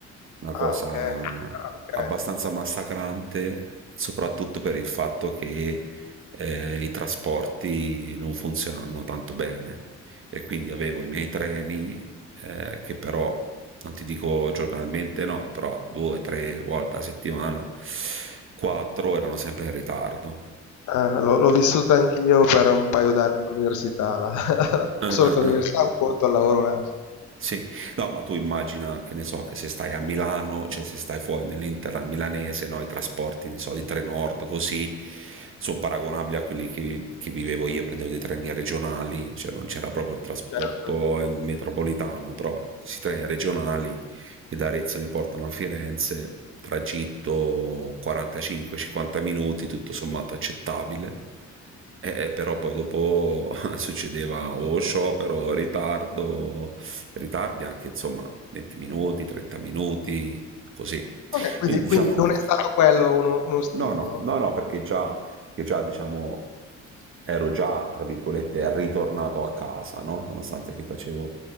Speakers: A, on the right (about 45°); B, on the left (about 75°).
A: una cosa
B: Ah, ok. Ah, ok.
A: abbastanza massacrante, soprattutto per il fatto che eh, i trasporti non funzionano tanto bene e quindi avevo i miei treni eh, che però, non ti dico giornalmente, no, però due o tre volte a settimana Quattro erano sempre in ritardo.
B: Ah, l'ho l'ho vissuta anch'io per un paio d'anni all'università, la- <laughs>
A: Eh,
B: solo
A: eh,
B: che all'università
A: eh.
B: è un conto, al lavoro un altro.
A: Sì, no, ma tu immagina che ne so, che se stai a Milano, cioè se stai fuori nell'Interland milanese, no, i trasporti ne so, di Trenord così sono paragonabili a quelli che, che vivevo io, prendevo dei treni regionali, cioè non c'era proprio il trasporto
B: Certo.
A: eh, metropolitano, però questi treni regionali che da Arezzo mi portano a Firenze, tragitto 45-50 minuti, tutto sommato accettabile. Eh, eh, però poi dopo <laughs> succedeva o sciopero, o ritardo, ritardi anche insomma 20 minuti, 30 minuti, così.
B: Ok, quindi,
A: Quindi
B: quindi
A: diciamo
B: non è stato quello uno, uno stimolo.
A: no, no, no, no, perché già, perché già diciamo ero già, tra virgolette, ritornato a casa, no? nonostante che facevo